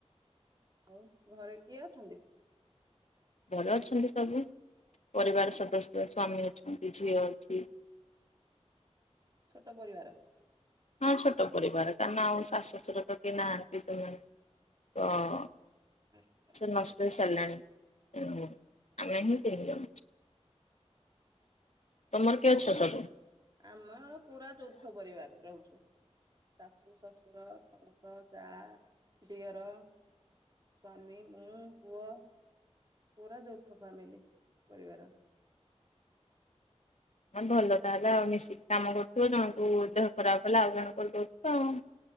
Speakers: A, on the right; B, on the left.
A: ଆଉ ଘରେ କିଏ ଅଛନ୍ତି?
B: ଘରେ ଅଛନ୍ତି ସବୁ ପରିବାର ସଦସ୍ୟ ସ୍ଵାମୀ ଅଛନ୍ତି ଝିଅ ଅଛି।
A: ଛୋଟ ପରିବାର।
B: ହଁ ଛୋଟ ପରିବାର କାରଣ ଆଉ ଶାଶୁଶଶୁର ତ କିଏ ନାହାନ୍ତି ସେମାନେ। ତଁ
A: ଆଛା
B: ନଷ୍ଟ ହେଇ ସାଇଲଣି ଆମର ଏମିତି ତିଲ ତମର କିଏ ଅଛ ସବୁ
A: ଆମେ ହର ପୁରା ଯୌଥ ପରିବାର ରହୁଛୁ। ଶାଶୁ ଶଶୁର ନଣନ୍ଦ ଯା ଦିଅର ସ୍ଵାମୀ ମୁଁ ପୁଅ ପୁରା ଯୌଥ ଫ୍ୟାମିଲି ପରିବାର
B: ହ ଭଲ ତାହେଲେ ଆଉ ମିଶିକି କାମ କରୁଥିବ ଜଣକୁ ଦେହ ଖରାପ ହେଲା ଆଉ ଜଣ କରିଦଉଥିବ ଆଉ